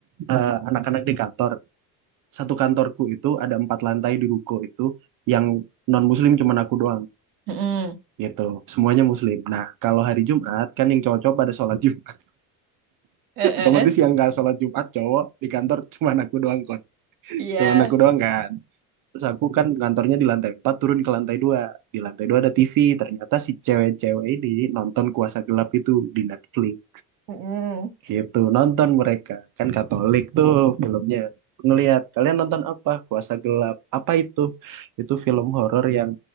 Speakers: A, on the right; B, on the right.
A: eh, anak-anak di kantor, satu kantorku itu ada empat lantai di ruko itu, yang non muslim cuman aku doang
B: mm-mm.
A: gitu semuanya muslim nah kalau hari Jumat kan yang cowok-cowok pada sholat Jumat <laughs>
B: Eh-eh,
A: otomatis yang nggak sholat Jumat cowok di kantor <laughs> cuman aku doang kon
B: Iya.
A: cuman aku doang kan terus aku kan kantornya di lantai empat turun ke lantai 2. di lantai 2 ada TV ternyata si cewek-cewek ini nonton Kuasa Gelap itu di Netflix
B: Mm-mm.
A: gitu nonton mereka kan Katolik tuh filmnya ngelihat kalian nonton apa Kuasa Gelap apa itu itu film horor yang